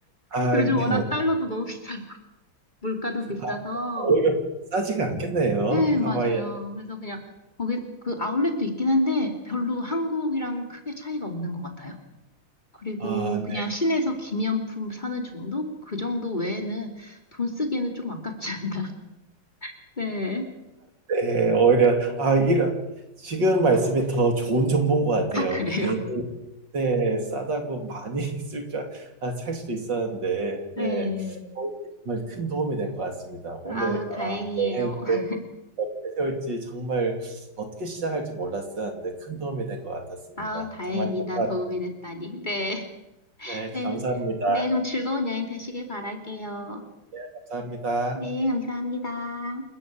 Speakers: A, on the right (about 60°); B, on the left (about 20°).
A: 아,
B: 요즘
A: 네.
B: 워낙 달러도 너무 비싸고, 물가도 비싸서,
A: 아, 오히려 싸지가 않겠네요.
B: 네, 맞아요.
A: 하와이. 에
B: 그래서 그냥, 거기, 그 아울렛도 있긴 한데, 별로 한국이랑 크게 차이가 없는 것 같아요. 그리고
A: 아, 네.
B: 그냥 시내에서 기념품 사는 정도? 그 정도 외에는 돈 쓰기에는 좀 아깝지 않나. <laughs> 네.
A: 네. 오히려 아, 이런 지금 말씀이 더 좋은 정보인 것 같아요.
B: 아, 그래요?
A: 괜히 네, 싸다고 많이 <laughs> 쓸 줄, 알- 아, 살 수도 있었는데,
B: 네.
A: 네. 어, 정말 큰 도움이 된 것 같습니다. 오늘,
B: 아우,
A: 아,
B: 다행이에요.
A: 여행
B: <laughs>
A: 어떻게 세울지 정말 어떻게 시작할지 몰랐었는데 큰 도움이 된 것 같았습니다.
B: 아우, 다행이다.
A: 정말 감사,
B: 도움이 됐다니. 네.
A: 네,
B: 네,
A: 감사합니다.
B: 네, 그럼 즐거운 여행 되시길 바랄게요.
A: 감사합니다.
B: 네, 감사합니다.